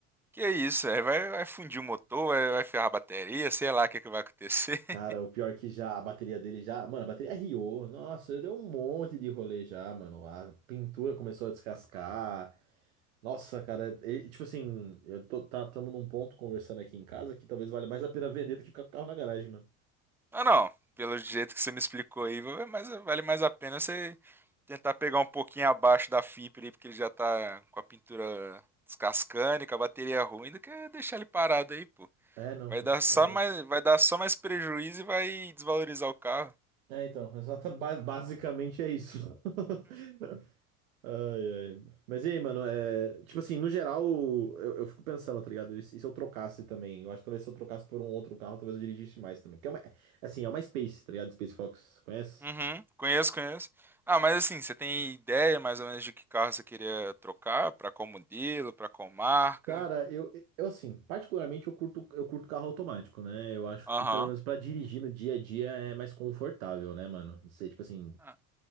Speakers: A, in the centre; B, on the right (about 70°).
A: Que isso? É, vai, vai fundir o motor, vai, vai ferrar a bateria, sei lá o que, que vai acontecer. <laughs>
B: Cara, o pior que já a bateria dele já. Mano, a bateria riou. Nossa, ele deu um monte de rolê já, mano. A pintura começou a descascar. Nossa, cara, é- é- tipo assim, eu tô, tá, tamo num ponto conversando aqui em casa que talvez valha mais a pena vender do que ficar com o carro na garagem, mano.
A: Ah, não. Pelo jeito que você me explicou aí, vai- mas vale mais a pena você tentar pegar um pouquinho abaixo da fibra aí, porque ele já tá com a pintura descascando e com a bateria ruim, do que deixar ele parado aí, pô.
B: É, não,
A: Vai
B: pô,
A: dar
B: por favor.
A: só mais, vai dar só mais prejuízo e vai desvalorizar o carro.
B: É, então, exata, ba- basicamente é isso. <laughs> Ai, ai. Mas e aí, mano, é, tipo assim, no geral, eu, eu fico pensando, tá ligado? E se, e se eu trocasse também? Eu acho que talvez se eu trocasse por um outro carro, talvez eu dirigisse mais também. Porque é uma, é, assim, é uma Space, tá ligado? Space Fox, conhece?
A: Uhum, conheço, conheço. Ah, mas assim, você tem ideia mais ou menos de que carro você queria trocar? Pra qual modelo, pra qual marca?
B: Cara, eu, eu assim, particularmente eu curto, eu curto carro automático, né? Eu acho
A: Aham.
B: que pelo menos pra dirigir no dia a dia é mais confortável, né, mano? Você, tipo assim,
A: Ah,